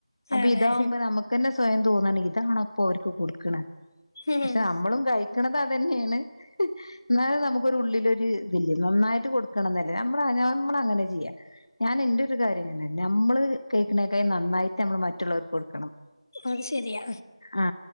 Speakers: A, on the left; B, on the left.
A: അപ്പൊ
B: അതെ
A: ഇതാവുമ്പോ നമുക്ക്ന്നെ സ്വയം തോന്നാണ് ഇതാണോ അപ്പൊ അവർക്ക് കൊടുകണ്
B: ഉം
A: പക്ഷെ നമ്മളും കഴിക്കണുന്നത് അത് തന്നെണ് എന്നാലും നമുക്കൊരു ഉള്ളില്ഒരു ഇത് നന്നായിട്ട് കൊടുക്കണംഎന്നനെ നമ്മളങ്ങനെ ചെയ്യാം ഞാൻ എന്റെറ ഒരു കാര്യം നമ്മൾ കേഴി ക്കുന്നേക്കാ നന്നായിട്ട് നമ്മളൾ മറ്റുള്ളവർക്ക് കൊടുക്കും
B: അത് ശരിയാ
A: ആ